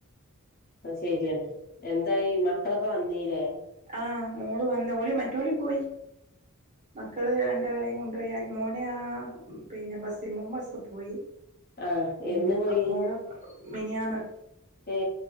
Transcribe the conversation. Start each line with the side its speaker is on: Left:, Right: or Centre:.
Left: അത് ശെരിയാണ് എന്തായി മക്കളൊക്കെ വന്നീലേ
Right: ആ മോള് വന്ന് ഓല് മറ്റോല് പോയി മക്കള് രണ്ടാളേം കൊണ്ടോയി മോന പിന്നെ ബസ്സില് മോൻ ബസ്സ് പോയി
Left: ആ
Right: പിന്നെ
Left: എന്ന് പോയി
Right: മോളെ മിനിയാന്ന്
Left: ഏ